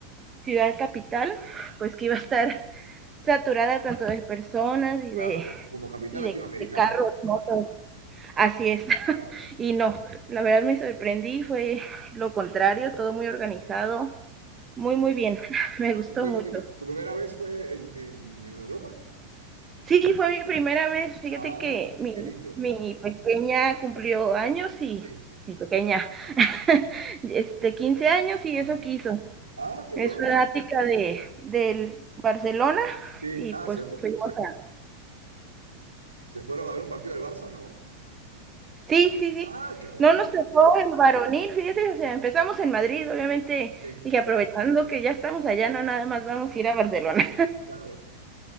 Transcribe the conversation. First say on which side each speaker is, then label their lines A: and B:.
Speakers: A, on the right; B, on the right.
A: ciudad capital, pues que iba a estar saturada tanto de personas y
B: Claro,
A: de,
B: co- como capital
A: y de,
B: latinoamericana.
A: de carros,
B: sí.
A: motos. Así es.
B: claro.
A: Y no, la verdad me sorprendí, fue lo contrario, todo muy organizado, muy, muy bien, <laughs> me
B: Fue-
A: gustó
B: ¿Y fue
A: mucho.
B: tu, primer- tu primera vez fue en, en- en Europa?
A: Sí, fue mi primera vez, fíjate
B: Ah,
A: que mi,
B: qué lindo.
A: mi pequeña cumplió años y
B: Sí,
A: mi pequeña, <laughs> este, 15 años y
B: Ajá.
A: eso quiso.
B: Ah, qué
A: Es
B: bueno.
A: fanática de, del Barcelona
B: sí,
A: y
B: Ah,
A: pues
B: ¿se, fu-
A: fuimos
B: se,
A: a...
B: se fueron a ver un partido del Barça? No.
A: Sí, sí, sí.
B: Ah, qué bueno.
A: No nos tocó el varonil, fíjate, o sea, empezamos en Madrid, obviamente
B: sí,
A: dije, aprovechando que ya estamos allá, no nada más vamos a ir a Barcelona.
B: Claro.